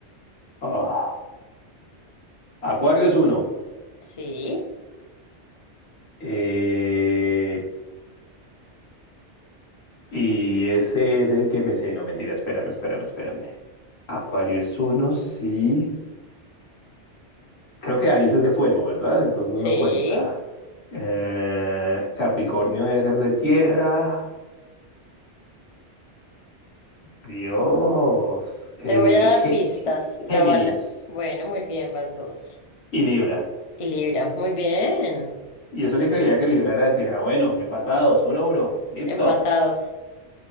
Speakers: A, on the left; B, on the left.
A: Ah, Acuario es uno.
B: Sí,
A: Eh, y ese es el que me sé. No, mentira, espérame, espérame, espérame. Acuario es uno, sí. creo que Aries es de fuego, ¿verdad? Entonces
B: sí.
A: no cuenta. Eh, Capricornio debe ser de tierra. Dios. Eh,
B: Te voy a dar
A: Gé-
B: pistas.
A: Gé-
B: La
A: Géminis
B: bala. Bueno, muy bien, vas dos.
A: y Libra.
B: Y Libra, muy bien.
A: Y eso que creía que Libra era de tierra. Bueno, empatados, uno a uno. Listo.
B: Empatados.